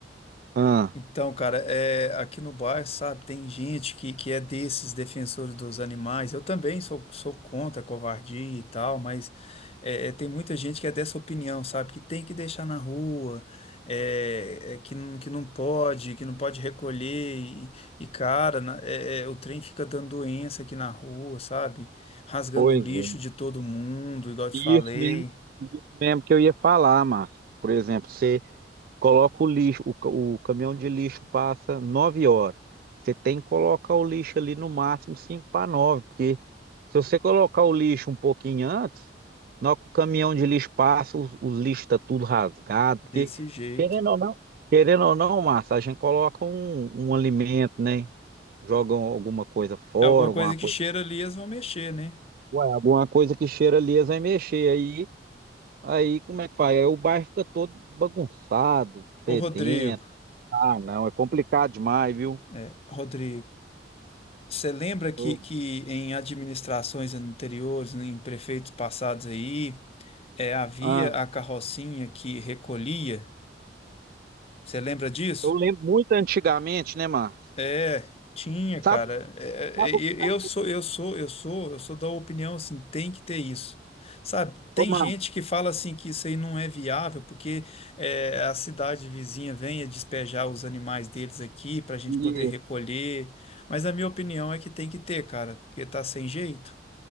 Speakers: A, on the right; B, on the left.
A: Ah,
B: Então, cara, é, aqui no bairro, sabe, tem gente que, que é desses defensores dos animais. Eu também sou, sou contra a covardia e tal, mas é, é, tem muita gente que é dessa opinião, sabe, que tem que deixar na rua, é, é, que, não- que não pode, que não pode recolher. E, e, cara, na- é, é, o trem fica dando doença aqui na rua, sabe, rasgando
A: Pois
B: o lixo
A: é.
B: de todo mundo, igual eu te
A: E
B: falei,
A: Isso mesmo, isso mesmo que eu ia falar, Márcio. Por exemplo, você coloca o lixo, o, ca- o caminhão de lixo passa 9 horas. Você tem que colocar o lixo ali no máximo 5 para 9 porque se você colocar o lixo um pouquinho antes, na hora que o caminhão de lixo passa, os, os lixos estão tudo rasgado,
B: desse
A: porque
B: jeito.
A: querendo ou não, querendo ou não, Márcio, a gente coloca um, um alimento, né? Joga alguma coisa fora,
B: é Alguma coisa
A: alguma coisa,
B: que cheira ali, eles vão mexer, né?
A: ué, alguma coisa que cheira ali, eles vai mexer. Aí Aí como é que faz? Aí o bairro fica todo bagunçado,
B: Ô,
A: fedendo.
B: Rodrigo.
A: Ah, não, é complicado demais, viu?
B: É, Rodrigo, você lembra que,
A: Eu,
B: que em administrações anteriores, né, em prefeitos passados aí, é, havia
A: ah,
B: a carrocinha que recolhia? Você lembra disso?
A: eu lembro muito antigamente, né, Márcio?
B: É, tinha, cara.
A: Sabe,
B: É,
A: sabe,
B: é, é,
A: o- sabe,
B: eu
A: o que-
B: sou, eu sou, eu sou, eu sou da opinião assim, tem que ter isso. Sabe, tem
A: ô, Márcio,
B: gente que fala assim que isso aí não é viável porque é, a cidade vizinha vem a despejar os animais deles aqui para a gente
A: e-
B: poder recolher. Mas a minha opinião é que tem que ter, cara, porque tá sem jeito.